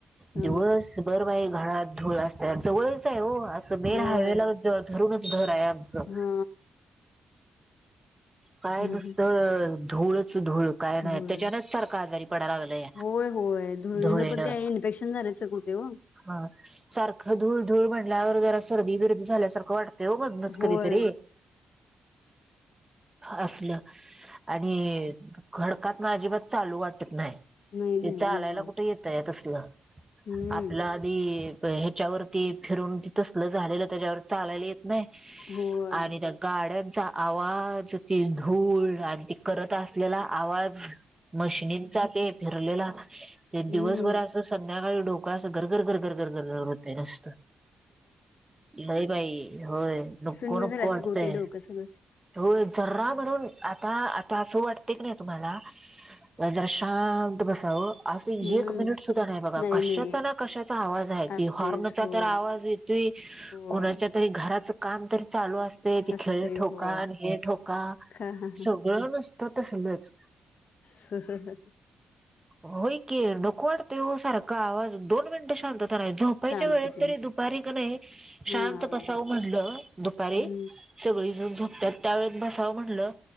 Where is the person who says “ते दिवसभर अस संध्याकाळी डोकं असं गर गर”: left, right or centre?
Right